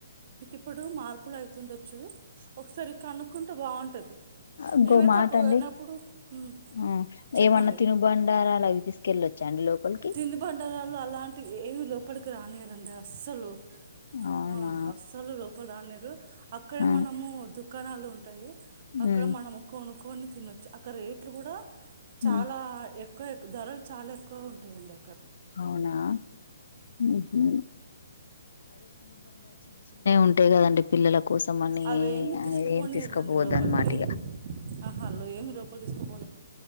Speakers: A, on the right; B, on the left.
A: ఇప్పుడు మార్ మార్పులు ఐతుండచ్చు ఒకసారి కనుకుంటే బాగుంటంది
B: ఇంకో
A: మేమైతే
B: మాట
A: అప్పుడు
B: అండి
A: పోయినప్పుడు ఉమ్
B: ఆ
A: చెప్పండి
B: ఏమన్నా తినుబండారాలు అవి తీసుకెళ్ళొచ్చా అండి లోపలికి
A: తినీ బండరాలు అలా అంటె ఏవి లోపలికి రానియ్యారండి అస్సలు
B: అవునా
A: ఆ అసలు లోపల్ రానీయ్యరు అక్కడే
B: ఆ
A: మనము దుప్ కణాలు ఉంటాయి. అక్కడ
B: ఉమ్
A: మనము కొనుక్కొని తినొచ్చు అక్కడ రేట్లు కూడా చాలా
B: ఉమ్
A: ఎక్కు ఎక్క్ ఎక్కువ ధరలు చాలా ఎక్కువ ఉంటాయి అండి
B: అవునా హూ హూ ఉంటాయి కదండి పిల్లల కోసం అని
A: అవి ఏమి తీసుకుపోనివ్వరంట
B: ఏం తీసుకపోవద్దు
A: లోపలికి
B: అన్నమాట ఇగ
A: ఆహా లో ఏమి లోపలి తీసుకు